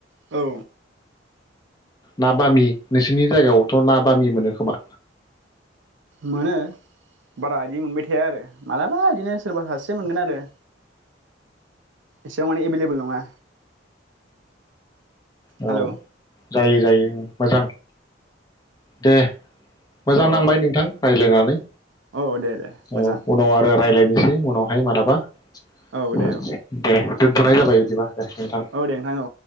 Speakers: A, on the right (about 75°); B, on the left (about 20°).
A: औ
B: ना बामि नोंसोरनि जायगायावथ ना बामि मोनो खोमा।
A: मोनो बारा इदि मोनबाय थाया आरो मालाबा इदिनो सोरबा सासेया मोनगोन आरो एसेबां माने एभेलेबोल नङा।
B: औ
A: हेलौ
B: जायो जायो मोजां दे मोजां
A: औ
B: नांबाय नोंथां रायलायनानै
A: औ दे दे
B: औ
A: मोजां
B: उनाव आरो रायलाय बेनोसै उनावहाय मालाबा
A: औ
B: <inaudible>
A: दे औ
B: दे दोनथनाय जाबाय बिदिबा दे नोंथां
A: औ दे नोंथां औ